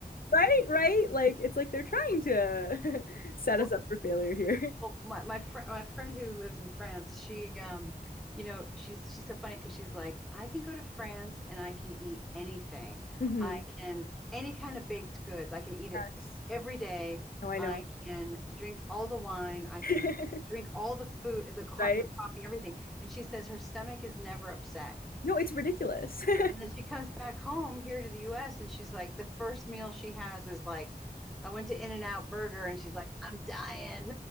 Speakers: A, on the left (about 65°); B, in the centre.
A: Right, right?
B: <laughs>
A: Like it's like they're trying to <laughs> set
B: Well,
A: us up for failure here.
B: well, my my friend my friend who lives in France, she um, you know, she's she's so funny because she's like, I can go to France and I can eat anything.
A: hmm
B: I can any kind of baked goods. I can eat it
A: Yes.
B: every day.
A: No, I
B: I
A: know.
B: can drink all the wine. I can
A: <laughs>
B: drink all the food, the, co-
A: Right?
B: the coffee, everything. And she says her stomach is never upset.
A: No, it's ridiculous. <laughs>
B: And then she comes back home here to the US and she's like, the first meal she has is like, I went to In-N-Out Burger and she's like, I'm dying.